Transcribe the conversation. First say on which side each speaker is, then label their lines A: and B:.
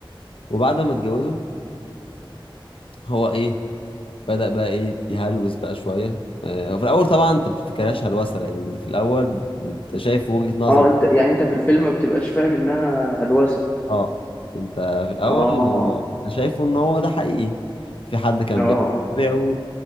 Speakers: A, on the left (about 80°); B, on the left (about 20°).
A: وبعد ما اتجوزوا هو ايه بدأ بقى ايه يهلوس بقى شويه آه، وفي الاول طبعا انت بتفتكرهاش هلوسه لان في الاول انت شايف وجهه نظره
B: اه انت يعني انت في الفيلم ما بتبقاش فاهم انها هلوسة
A: اه انت في الاول
B: اه
A: انت شايفه ان هو ده حقيقي في حد كان
B: اه اه
A: بيتابعه